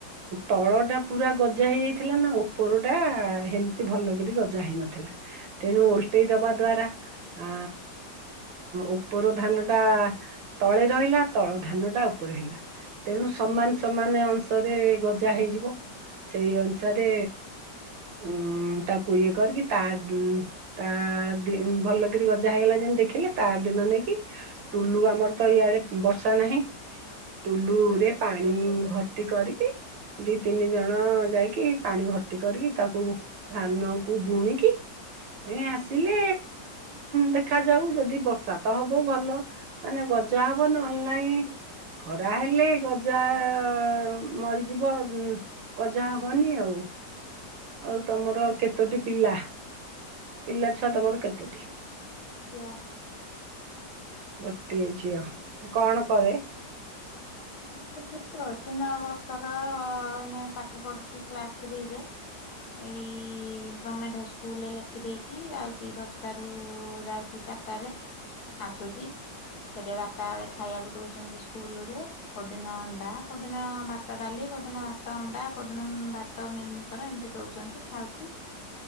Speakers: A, on the right; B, on the left.
A: ତଳ ଟା ପୁରା ଗ ଗଜା ହେଇଯାଇଥିଲା ନା ଉପର ଟା ହେମତି ଭଲକ ଗଜା ହେଇନଥିଲା। ତେଣୁ ଓଲଟେଇ ଦବା ଦ୍ଵାରା ଆ ଉପର ଧାନ ଟା ତଳେ ରହିଲା ତଳ ଧାନ ଟା ଉପରେ ହେଲା ତେଣୁ ସମାନ ସମାନ ଅଂଶରେ ଗ ଜା ହେଇଯିବ ସେଇ ଅନୁସାରେ ଉଁ ତାକୁ ଇଏ କରିକି ତା ଉ ତା ଦ ଭଲକିରି ଗଜା ହେଇଗଲା ଯେମତି ଦେଖିଲେ ତାର ଦିନ ନେଇକି ଟୁଲୁ ଆମର ତ ଇଆଡେ ବର୍ଷା ନାହିଁ ଟୁଲୁରେ ପାଣି ଭର୍ତ୍ତି କରିକି ଦି ତିନି ଜଣ ଯାଇକି ପାଣି ଭର୍ତ୍ତି କରିକି ତାକୁ ଧାନ କୁ ବୁଣିକି
B: ହ
A: ଏ ଆସିଲେ ଦେଖାଯାଉ ଯଦି ବର୍ଷା ତ ହବ ଭଲ ମାନେ ଗଜା ହବ ନହେଲେ ନାଇଁ ଖରା ହେଲେ ଗଜା ଆ ମରିଯିବ ଉଂ ଗଜା ହବନି ଆଉ ଆଉ ତମର କେତୋଟି ପିଲା ପିଲା
B: <unintelligible>
A: ଛୁଆ ତମର କେତୋଟି? ଗୋଟିଏ ଝିଅ। କଣ କରେ?
B: ନା ନା ଛୋଟ। ତିନି ବର୍ଷର ଏଇନା ପାଠ ପଢୁଛି କ୍ଲାସ ଥ୍ରୀରେ। ଏଇ ଗଣମେଣ୍ଟ ସ୍କୁଲରେ ଲେଖିଦେଇଛି ଯାଉଛି ଦଶଟାର ଯାଉଛି। ଚାରିଟାରେ ଆସୁଛି ସେଠି ବାରଟା ବେଳେ ଖାଇବାକୁ ଦଉଛନ୍ତି ସ୍କୁଲ ରେ କୋଉଦିନ ଅଣ୍ଡା କୋଉଦିନ ଭାତ, ଡାଲି, କୋଉଦିନ ଭାତ ଅଣ୍ଡା କୋଉ ଦିନ ଭାତ, ମିଲିମକର ଏମିତି ଦଉଛନ୍ତି ଖାଉଛି।